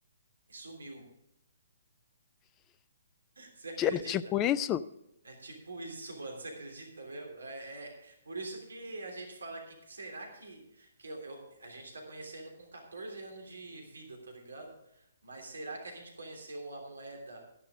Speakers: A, on the right (about 70°); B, on the left (about 20°).
A: E sumiu. <laughs> Você acredita?
B: É tipo isso?
A: É tipo isso, <laughs> mano. Você acredita mesmo? É, é- por isso que a gente fala que que será que, que eu, eu- a gente tá conhecendo com 14 anos de vida, tá ligado? Mas será que a gente conheceu a moeda